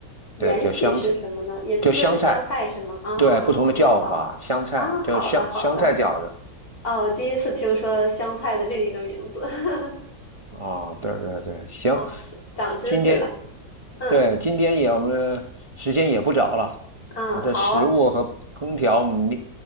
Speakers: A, on the left (about 60°); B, on the right (about 25°).
A: 延禧是什么呢？
B: 对，叫香菜，
A: 也就是香菜是吗？
B: 叫香菜，
A: 啊啊啊，
B: 对，不同的叫法，
A: 好的啊，
B: 香菜叫香香菜饺子，
A: 好的好的。哦，我第一次听说香菜的另一个名字，<laughs>
B: 哦，对对对，行，
A: 好，长长知识了。
B: 今天，
A: 嗯
B: 对，今天也我们时间也不早了，
A: 嗯，
B: 我们的食物和空调我们
A: 好